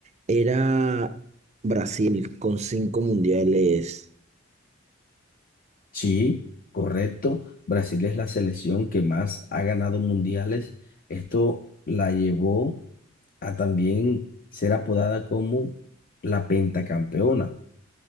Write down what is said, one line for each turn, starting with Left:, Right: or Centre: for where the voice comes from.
Right: Era Brasil con cinco mundiales.
Left: Sí, correcto. Brasil es la selección que más ha ganado mundiales. Esto la llevó a también ser apodada como la pentacampeona.